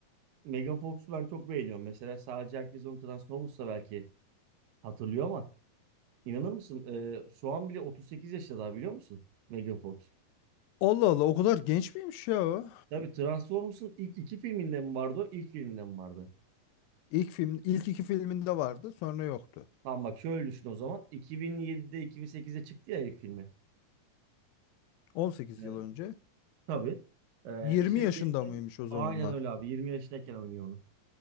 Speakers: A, on the right; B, on the left.
A: Megan Fox'u ben çok beğeniyorum. Mesela sadece herkes onu Transformers'ta belki hatırlıyor ama inanır mısın? e, şu an bile 38 yaşında daha biliyor musun? Megan Fox.
B: Allah Allah o kadar genç miymiş ya o?
A: Tabii Transformers'ın ilk iki filminde mi vardı o? İlk filminde mi vardı?
B: İlk film ilk iki filminde vardı sonra yoktu.
A: Tamam bak şöyle düşün o zaman. 2007'de 2008'de çıktı ya ilk filmi.
B: 18
A: E,
B: yıl önce.
A: tabii. E,
B: 20
A: işte
B: yaşında
A: gençler-
B: mıymış o zamanlar?
A: aynen öyle abi. 20 yaşındayken oynuyor onu.